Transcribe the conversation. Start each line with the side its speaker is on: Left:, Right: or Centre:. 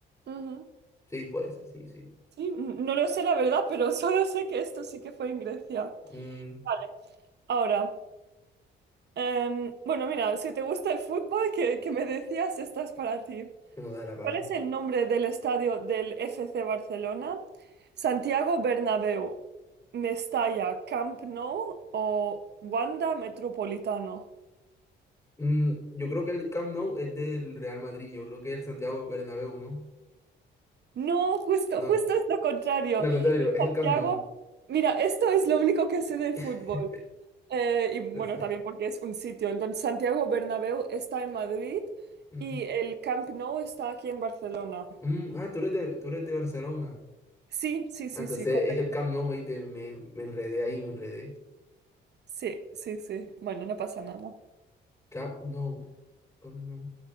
Right: Ujú.
Left: Sí, puede ser, sí, sí.
Right: Sí, n- no lo sé la verdad, pero <laughs> solo sé que esto sí que fue en Grecia.
Left: Mm,
Right: Vale, ahora, em, bueno, mira, si te gusta el fútbol, que, que me decías, esta es para ti.
Left: no da la pavé.
Right: ¿Cuál es el nombre del estadio del FC Barcelona? ¿Santiago Bernabéu, Mestalla, Camp Nou o Wanda Metropolitano?
Left: Mm, yo creo que el Camp Nou es del Real Madrid. Yo creo que el Santiago Bernabéu, ¿no?
Right: No, justo,
Left: No,
Right: justo es lo contrario.
Left: lo contrario, es
Right: Santiago,
Left: el Camp Nou.
Right: mira, esto es lo único que sé del
Left: <laughs>
Right: fútbol. Eh, y
Left: Entonces,
Right: bueno, también porque es un sitio. Entonces, Santiago Bernabéu está en Madrid
Left: mm,
Right: y el Camp Nou está aquí en Barcelona.
Left: mm, ah, tú eres de, tú eres de Barcelona.
Right: Sí, sí, sí,
Left: Ah, Entonces
Right: sí, correcto.
Left: es el Camp Nou, ahí te, me, me enredé ahí, me enredé.
Right: Sí, sí, sí. Bueno, no pasa nada.
Left: Camp Nou, Camp Nou.